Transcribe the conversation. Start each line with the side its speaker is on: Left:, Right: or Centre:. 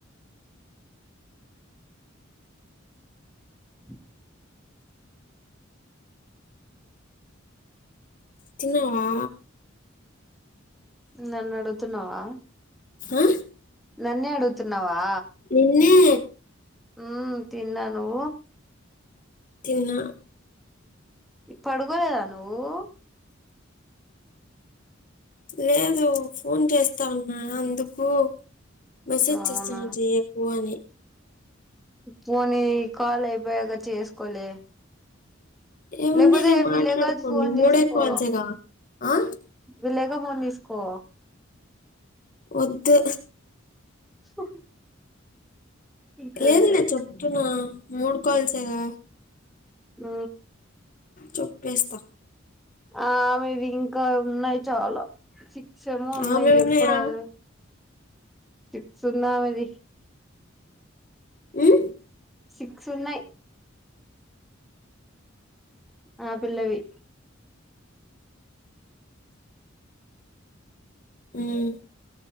Centre: <inaudible>
Left: తిన్నావా
Centre: నన్నడుగుతున్నావా?
Left: ఆ
Centre: నన్నే అడుగుతున్నావా?
Left: నిన్నే
Centre: మ్ తిన్నా. నువ్వు?
Left: తిన్న.
Centre: పడుకోలేదా నువ్వు?
Left: లేదు ఫోన్ చేస్తా ఉన్నా. అందుకు, మిసేజ్
Centre: అవునా
Left: చేస. నువ్వు చెయ్యకు అని
Centre: పోనీ ఈ కాల్ అయిపోయాక చేసుకోలే.
Left: ఏముందిలే
Centre: లేకపోతే, విళ్లేకది
Left: మాట్లాడుకోండి
Centre: ఫోన్ తీస్కోపో
Left: మూడే కాల్సేగా ఆ
Centre: విల్లేక ఫోన్ తీసుకో
Left: వద్దు.
Centre: <inaudible> సరే
Left: లేదులే చెప్తున్నా. మూడు కాల్సేగా
Centre: మ్
Left: చొప్పేస్తా.
Centre: ఆ మీవి ఇంకా ఉన్నాయి. చాలా సిక్సెమో ఉన్నాయి.
Left: ఆమె ఉన్నాయా
Centre: ఎప్పుడు అవి సిక్స్ ఉన్నాయి అవి
Left: మ్
Centre: సిక్స్ ఉన్నాయి. ఆ పిల్లవి.
Left: మ్